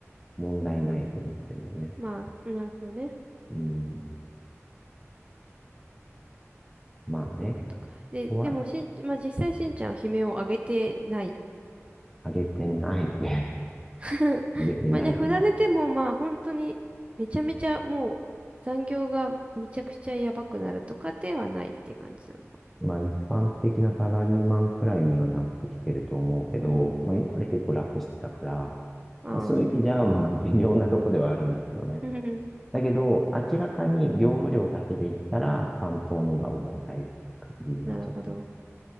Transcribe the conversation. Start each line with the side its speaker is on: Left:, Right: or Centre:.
Centre: 問題ないと思ってるよね。
Right: まあ、なるほどね。
Centre: うん。まあね。
Right: ということか。で、
Centre: ここは
Right: でもしん、まあ実際しんちゃんは悲鳴を上げてない
Centre: 上げてないね。
Right: <laughs>
Centre: <laughs> 上げてないね。
Right: まあじゃあ、振られてもまあ本当にめちゃめちゃもう残業がめちゃくちゃやばくなるとかではないって感じなのか。
Centre: まあ一般的なサラリーマンくらいにはなってきてると思うけど、
Right: うん。
Centre: まあ今まで結構楽してたから、
Right: ああ。
Centre: まあ、そういう意味じゃ、まあ、<laughs> 微妙なとこではあるんだけどね。
Right: うん
Centre: だけど、明らかに業務量だけで言ったら、担当のが重たい感じになっちゃってる。
Right: <laughs> なるほど。